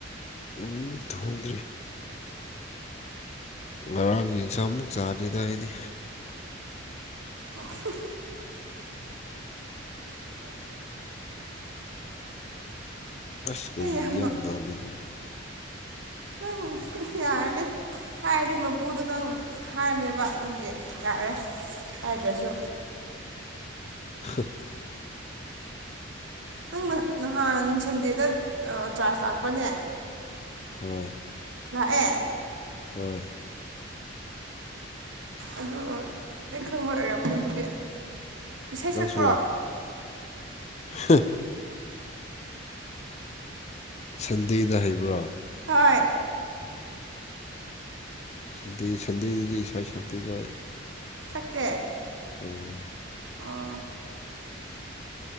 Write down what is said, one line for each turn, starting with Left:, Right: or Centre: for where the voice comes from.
Left: ꯎꯝ ꯊꯣꯡꯗ꯭ꯔꯤ ꯉꯔꯥꯡꯒꯤ ꯏꯟꯁꯥꯡ ꯑꯃꯨꯛ ꯆꯥꯅꯤꯗ ꯑꯩꯗꯤ
Right: ꯑꯣ ꯍꯨꯡ
Left: ꯑꯁ ꯀꯩꯒꯤ
Right: ꯑꯩ
Left: ꯌꯥꯝ
Right: ꯅꯣꯛ
Left: ꯅꯣꯛꯅꯤꯡꯕ꯭ꯔ
Right: ꯅꯪ ꯌꯥꯔꯅꯤ ꯍꯥꯏꯔꯗꯤ ꯃꯄꯨꯗꯣ ꯅꯪ ꯍꯥꯏꯔꯅꯦꯕ ꯑꯗꯨꯒꯤ ꯌꯥꯔꯦ ꯍꯥꯏꯗꯥꯁꯨ
Left: ꯍꯥ
Right: ꯅꯪ ꯅꯍꯥꯟ ꯁꯟꯗꯦꯗꯥ ꯑꯥ ꯆꯥꯔꯖ ꯂꯥꯛꯄꯔꯥꯅꯦ
Left: ꯍꯣꯏ
Right: ꯂꯥꯛꯑꯦ
Left: ꯍꯣꯏ
Right: ꯑꯗꯨ ꯑꯩ ꯈꯪꯕ ꯑꯣꯏꯔꯝꯅꯤ ꯑꯗꯨꯗꯤ ꯏꯁꯩ
Left: ꯅꯪꯁꯨ
Right: ꯁꯛꯄ꯭ꯔꯣ
Left: ꯂꯥꯛ <unintelligible> ꯍꯥ ꯁꯟꯗꯦꯗꯥ ꯍꯩꯕ꯭ꯔꯣ
Right: ꯍꯣꯏ
Left: ꯁꯟꯗꯦ ꯁꯟꯙꯤꯗꯥꯗꯤ ꯏꯁꯩ ꯁꯛꯇꯤꯗꯥ
Right: ꯁꯛꯇꯦ
Left: ꯎꯝ
Right: ꯑꯣ